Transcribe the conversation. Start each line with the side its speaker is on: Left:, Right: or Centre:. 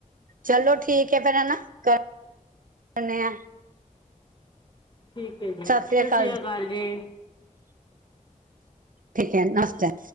Right: ਚਲੋ ਠੀਕ ਹੈ ਫੇ਼ਰ ਹੈਨਾ ਕਰ ਨੇ ਆ
Left: ਠੀਕ ਹੈ ਜੀ
Right: ਸਤਿ ਸ੍ਰੀ ਅਕਾਲ
Left: ਸੱਸ੍ਰੀ ਕਾਲ ਜੀ।
Right: ਠੀਕ ਹੈ ਨਮਸਤੇ।